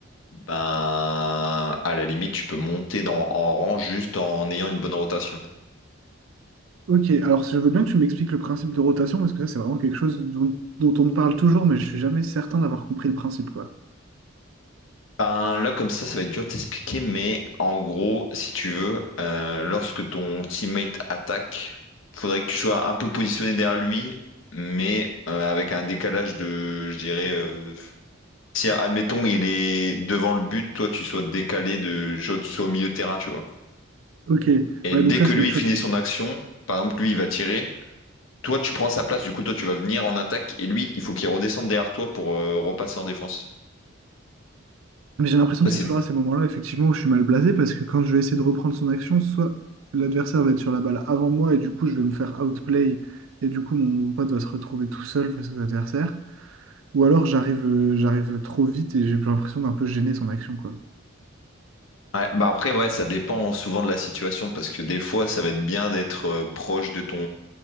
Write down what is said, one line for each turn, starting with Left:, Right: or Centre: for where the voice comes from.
Left: ben à la limite tu peux monter dans, en rang juste en ayant une bonne rotation.
Right: Ok, alors je veux bien que tu m'expliques le principe de rotation, parce que ça, c'est vraiment quelque chose dont, dont on me parle toujours, mais je suis jamais certain d'avoir compris le principe, quoi.
Left: Ben, là, comme ça, ça va être dur de t'expliquer, mais en gros, si tu veux, euh, lorsque ton teammate attaque, faudrait que tu sois un peu positionné derrière lui, mais euh, avec un décalage de, je dirais, euh, si admettons il est devant le but, toi tu sois décalé de, genre, tu sois au milieu de terrain, tu vois.
Right: Ok,
Left: Et
Right: ouais,
Left: dès
Right: donc ça,
Left: que
Right: c'est
Left: lui
Right: des choses.
Left: finit
Right: que-
Left: son action, par exemple, lui il va tirer, toi tu prends sa place, du coup toi tu vas venir en attaque, et lui il faut qu'il redescende derrière toi pour euh, repasser en défense.
Right: Mais j'ai l'impression
Left: Ça,
Right: que
Left: c'est
Right: c'est toujours à ces moments-là, effectivement, où je suis mal blasé, parce que quand je vais essayer de reprendre son action, soit l'adversaire va être sur la balle avant moi, et du coup, je vais me faire outplay, et du coup, mon pote va se retrouver tout seul face aux adversaires, ou alors j'arrive euh, j'arrive trop vite et j'ai l'impression d'un peu gêner son action, quoi.
Left: Ouais, bah après, ouais, ça dépend souvent de la situation parce que des fois, ça va être bien d'être euh, proche de ton,